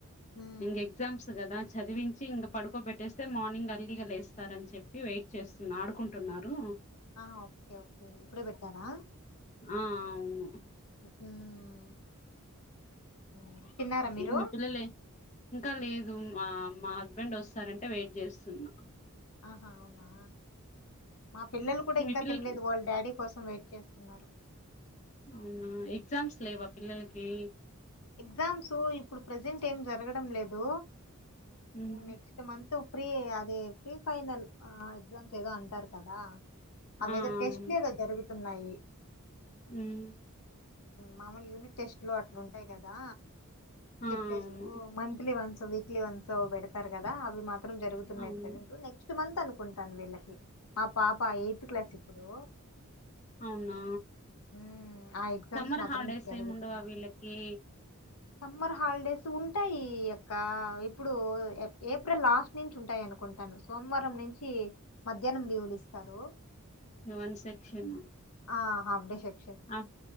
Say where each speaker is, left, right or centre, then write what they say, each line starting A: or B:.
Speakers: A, on the left; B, on the left.
A: మ్
B: ఇంకా ఎగ్జామ్స్ కదా చదివించి ఇంక పడుకోబెట్టేస్తే మార్నింగ్ ఎర్లీ గా లేస్తారు అని చెప్పి వెయిట్ చేస్తున్నా ఆడుకుంటున్నారు
A: ఆ ఓకే ఓకే ఇప్పుడే పెట్టారా
B: ఆ అవును
A: ఉమ్ ఉమ్ తిన్నారా మీరు
B: మీ పిల్లలే ఇంకా లేదు మా మా హస్బెండ్ వస్తారంటే వెయిట్ చేస్తున్నా
A: ఆహా అవునా మా పిల్లలు కూడా
B: మీ
A: ఇంకా
B: పిల్లలకి
A: తినలేదు వాళ్ళ డాడీ కోసం వెయిట్ చేస్తున్నారు
B: అవున ఎగ్జామ్స్ లెవా పిల్లలకి
A: ఎగ్జామ్స్ ఇప్పుడు ప్రజెంట్ ఏం జరగడం లేదు
B: ఉమ్
A: నెక్స్ట్ మంత్ తు ప్రీ అది ప్రీ ఫైనల్ ఎగ్జామ్స్ ఏదో అంటారు కదా అవేదో
B: ఆ
A: టెస్ట్
B: అవును
A: లేదో జరుగుతున్నాయి
B: ఉమ్
A: మాములుగానే టెస్ట్ లో అట్లు ఉంటాయి కదా స్లిప్
B: ఆ అవును
A: test monthly once weekly once పెడతారు కదా అవి మా త్రం జగుతున్నాయి
B: అవును
A: ప్రెసెంట్ నెక్స్ట్ మంత్ అనుకుంటాను వీళ్ళకి మా పాప ఎయిత్ క్లాస్ ఇప్పుడు
B: అవునా
A: మ్మ్, ఆ ఎగ్జామ్స్
B: సమ్మర్
A: మాత్రం
B: హాలిడేస్
A: జరుగుతున్నాయి
B: ఎమ్ ఉండవా వీలకి
A: సమ్మర్ హాలిడేస్ ఉంటాయి అక్క ఇప్పుడు ఏప్రిల్ లాస్ట్ నుంచి ఉంటాయి అనుకుంటా సోమవారం నుంచి మధ్యాహ్నం లీవులు ఇస్తారు
B: వన్ సెక్షన్
A: ఆ హాఫ్డే సెక
B: ఆ